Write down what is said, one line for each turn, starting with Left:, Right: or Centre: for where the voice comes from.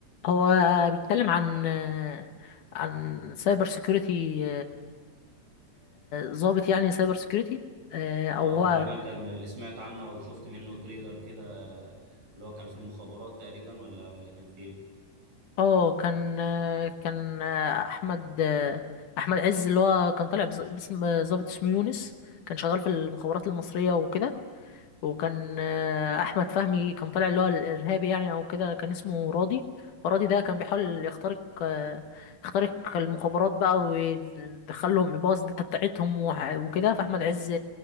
Left: هو بيتكلم عن عن سايبر سيكيورتي ضابط يعني سايبر سيكيورتي او
Right: اه
Left: هو
Right: تقريبا كان اللي سمعت عنه او شفت منه تريلر كده آه، اللي هو كان في المخابرات تقريبا ولا ولا كان في ايه
Left: اه كان كان احمد احمد عز اللي هو كان طالع بز- باسم ضابط اسمه يونس كان شغال في المخابرات المصرية وكده وكان آه، احمد فهمي كان طالع اللي هو الارهابي يعني او كده كان اسمه راضي فراضي ده كان بيحاول يخترق آه، يخترق المخابرات بقى ويدخلهم يبوظ الداتا بتاعتهم وح- وكده فاحمد عز